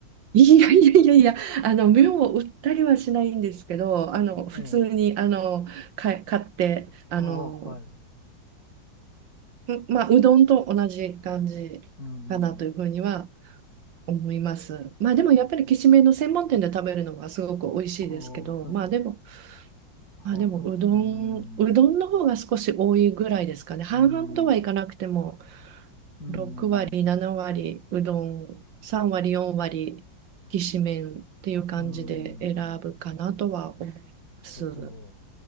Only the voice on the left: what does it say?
ええ、
ああ、
はい、
うん、
ああ、そういうか、
ああ、
うん、
うん、うん、
うん、なるほど